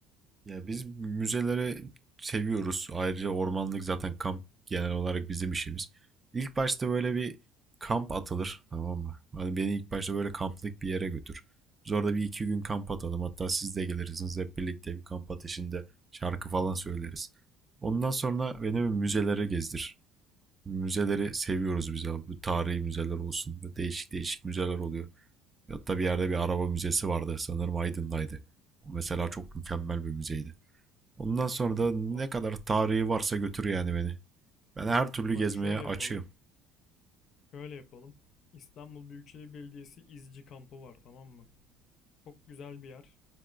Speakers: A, on the right; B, on the left.
A: Ya biz müzeleri seviyoruz. Ayrıca ormanlık zaten kamp genel olarak bizim işimiz. İlk başta böyle bir kamp atılır, tamam mı? Hani beni ilk başta böyle kamplık bir yere götür. Biz orada bir iki gün kamp atalım. Hatta siz de gelirsiniz hep birlikte bir kamp ateşinde şarkı falan söyleriz. Ondan sonra beni bir müzelere gezdir. Müzeleri seviyoruz biz abi. Bu tarihi müzeler olsun. Böyle değişik değişik müzeler oluyor. Hatta bir yerde bir araba müzesi vardı. Sanırım Aydın'daydı. O mesela çok mükemmel bir müzeydi. Ondan sonra da ne
B: abi
A: kadar tarihi varsa götür yani beni. Ben her türlü
B: bak
A: gezmeye
B: şöyle
A: açığım.
B: yapalım şöyle yapalım İstanbul Büyükşehir Belediyesi İzci kampı var tamam mı Çok güzel bir yer.